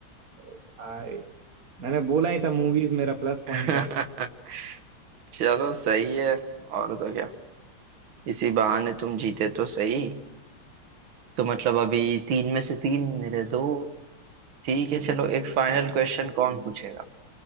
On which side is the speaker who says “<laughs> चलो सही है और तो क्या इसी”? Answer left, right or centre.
Right